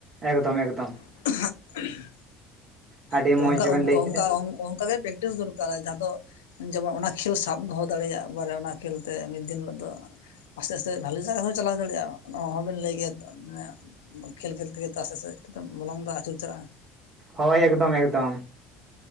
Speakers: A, on the right; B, on the left.
A: ᱮᱠᱫᱚᱢ ᱮᱠᱫᱚᱢ᱾
B: ᱦ
A: ᱟᱹᱰᱤ
B: ᱟᱫᱚ
A: ᱢᱚᱡᱽ
B: ᱚᱱᱠᱟ
A: ᱵᱮᱱ
B: ᱚᱱᱠᱟ
A: ᱞᱟᱹᱭ ᱠᱮᱫᱟ
B: ᱚᱱᱠᱟ ᱚᱱᱠᱟ ᱜᱮ ᱯᱨᱮᱠᱴᱤᱥ ᱫᱚᱨᱠᱟᱨ ᱼᱼ ᱡᱟᱦᱟᱸ ᱫᱚ ᱡᱮᱢᱚᱱ ᱚᱱᱟ ᱠᱷᱮᱞ ᱥᱟᱵ ᱫᱚᱦᱚ ᱫᱟᱲᱮᱭᱟᱜᱼᱟ ᱵᱟᱨᱮ ᱚᱱᱟ ᱠᱷᱮᱞ ᱛᱮ ᱢᱤᱫ ᱫᱤᱱ ᱦᱤᱞᱳᱜ ᱫᱚᱼᱼ ᱟᱥᱛᱮ ᱟᱥᱛᱮ ᱵᱷᱟᱞᱮ ᱡᱟᱭᱜᱟ ᱦᱚᱸ ᱪᱟᱞᱟᱣ ᱫᱟᱲᱮᱭᱟᱜᱼᱟ ᱚᱱᱟ ᱚᱦᱚᱸ ᱵᱮᱱ ᱞᱟᱹᱭ ᱠᱮᱜᱮ ᱛᱚ ᱢᱟᱱᱮᱼᱼ ᱠᱷᱮᱞ ᱠᱷᱮᱞ ᱛᱮᱜᱮ ᱛᱚ ᱟᱥᱛᱮ ᱟᱥᱛᱮ ᱛᱮ ᱢᱚᱞᱚᱝ ᱫᱚ ᱟᱪᱩᱨ ᱪᱟᱞᱟᱜᱼᱟ᱾
A: ᱦᱳᱭ ᱮᱠᱫᱚᱢ ᱮᱠᱫᱚᱢ